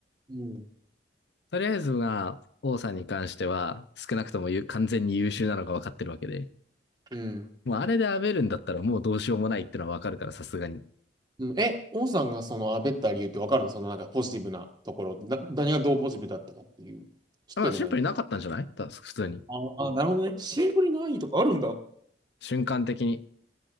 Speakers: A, on the right; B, on the left.
A: うん。
B: とりあえずが、王さんに関しては、少なくともゆ完全に優秀なのがわかってるわけで。
A: うん。
B: もうあれでアベるんだったらもうどうしようもないってのはわかるから、さすがに。
A: うん、え、王さんがそのあべった理由ってわかるのそのなんかポジティブなところ。な、何がどうポジティブだったかっていう。知ってんの何か。
B: まあ、シンプルになかったんじゃないた普通に。
A: ああ、なるほどね。シンプルにないとかあるんだ。
B: 瞬間的に。